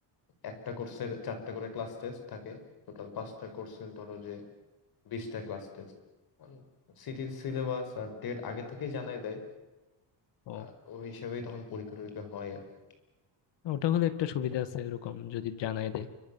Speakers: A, on the left; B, on the left.
A: একটা কোর্সের চারটা করে ক্লাস টেস্ট থাকে টোটাল পাঁচটা কোর্সের ধরো যে বিশটা ক্লাস টেস্ট সিটির সিলেবাস আর ডেট আগে থেকে জানাই দেয়
B: ও
A: আহ, ওই হিসেবেই তখন পরীক্ষা টরীক্ষা হয় আর কি।
B: ওটা হলে একটা সুবিধা আছে এরকম যদি জানাই দেয়